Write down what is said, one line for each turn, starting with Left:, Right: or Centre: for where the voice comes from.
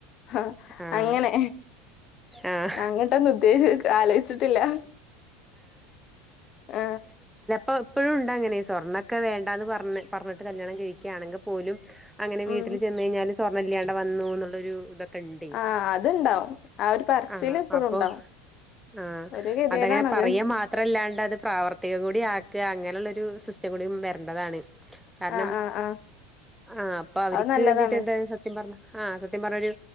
Left: ആ
Centre: ആഹ്
Left: അങ്ങനെ
Centre: ആഹ്
Left: അങ്ങട്ടൊന്നും ഉദ്ദേശു ആലോചിച്ചിട്ടില്ല ആ
Centre: ഇപ്പയും ഉണ്ട് അങ്ങനെ സ്വർണ്ണൊക്കെ വേണ്ട എന്ന് പറഞ് പറഞ്ഞിട്ട് കല്യാണം കഴിക്കുകയാണെങ്കിൽ പോലും അങ്ങനെ
Left: ഉം
Centre: വീട്ടില് ചെന്ന് കഴിഞ്ഞാല് സ്വർണ്ണം ഇല്ലാണ്ട് വന്നു എന്നുള്ളൊരു ഇത ക്കെണ്ടേ
Left: ആ അതുണ്ടാവും ആ ഒരു പറച്ചില്
Centre: ആ
Left: എപ്പോഴും
Centre: അപ്പൊ
Left: ഉണ്ടാവും
Centre: ആ
Left: ഒരു ഗതികേടാണത്
Centre: അതങ്ങനെ പറയാ മാത്രല്ലാണ്ട് അത് പ്രാവർത്തികം കൂടി ആ ക്കിയാ അങ്ങനെയുള്ളൊരു സിസ്റ്റം കൂടി വരേണ്ടതാണ് കാരണം
Left: ആ ആ ആ
Centre: ആ അപ്പ അവരിക്ക്
Left: അത് നല്ലതാണ്
Centre: വേണ്ടിട്ട് എന്താണ് സത്യം പറഞ്ഞ ആ സത്യം പറഞ്ഞൊരു